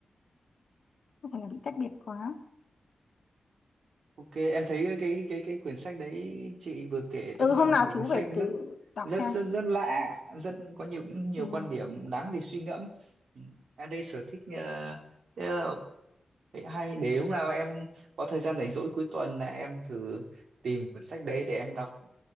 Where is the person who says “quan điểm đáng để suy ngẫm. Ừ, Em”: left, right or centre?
Right